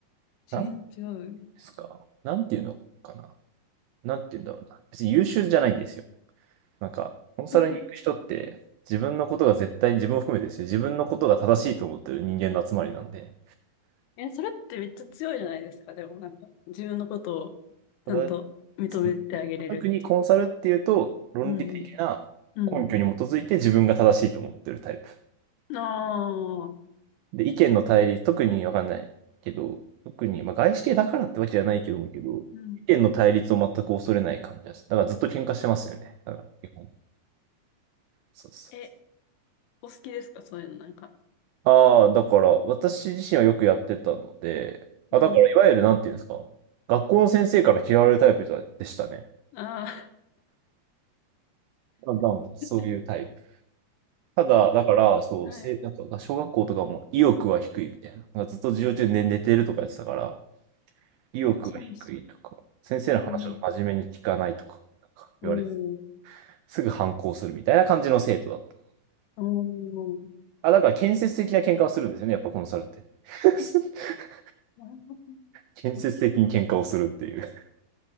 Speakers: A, on the left (about 80°); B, on the right (about 85°).
A: 次元違う。
B: なんですかなんていうのかななんていうんだろうな。別に優秀じゃないんですよ。なんか、コンサルに行く人って、
A: <laughs>
B: 自分のことが絶対に、自分を含めてですよ。自分のことが正しいと思ってる人間の集まりなんで。
A: え、それってめっちゃ強いじゃないですか。でもなんか、自分のことを
B: ただ、
A: ちゃんと認めてあげれるっていう。
B: つ特にコンサルっていうと、論理的な根拠に基づいて自分が正しいと思ってるタイプ。
A: うんうん。ああ。う
B: で、意見の対立、特にわかんないけど、特に、まあ、外資系だからってわけじゃないけども、けど、
A: ん。
B: 意見の対立を全く恐れない感じです。だからずっと喧嘩してますよね。だから、基本。そうそうそ
A: え、お好きですかそういうのなんか。
B: う。ああ、だから私自身はよくやってたので、あ、
A: うん。
B: だからいわゆるなんていうんですか、学校の先生から嫌われるタイプだでしたね。
A: ああ。
B: まあ多分そういうタイプ。
A: <laughs>
B: ただ、だから、そう、
A: はい。
B: せ、なんか、小学校とかも意欲は低いみたいな。なんかずっと授業中寝、寝てるとかやってたから、意欲が低いとか、
A: あ、そうです。
B: 先生の話を真面目に聞かないとか、
A: うん。
B: なんか言われて、
A: おー。
B: すぐ反抗するみたいな感じの生徒だった。
A: おー。
B: あ、だから建設的な喧嘩をするんですよね、やっぱコンサルって。<laughs>
A: なるほど
B: 建設的に喧嘩をするっていう。
A: 面白いです。